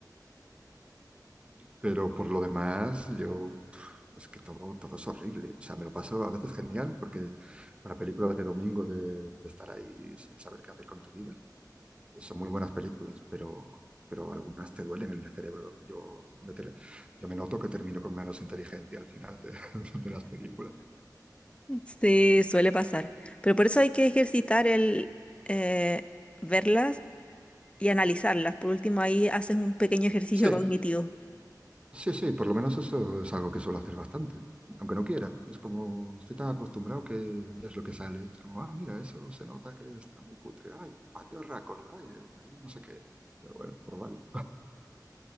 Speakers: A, on the right; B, on the left.
A: Pero por lo demás, yo... Es que todo, todo es horrible. O sea, me lo paso a veces genial porque para películas de domingo de, de estar ahí sin saber qué hacer con tu vida, son muy buenas películas, pero, pero algunas te duelen en el cerebro. Yo me, ter- yo me noto que termino con menos inteligencia al final de <laughs> de las películas.
B: Sí, suele pasar. Pero por eso hay que ejercitar el eh, verlas y analizarlas. Por último, ahí haces un pequeño ejercicio
A: Sí,
B: cognitivo.
A: Sí, sí, por lo menos eso es algo que suelo hacer bastante, aunque no quiera. Es como estoy tan acostumbrado que ya es lo que sale. Es como, ah, mira, eso se nota que está muy cutre. Ay, fallo de récord, ay, eh, ahí no sé qué. Pero bueno, pues vale.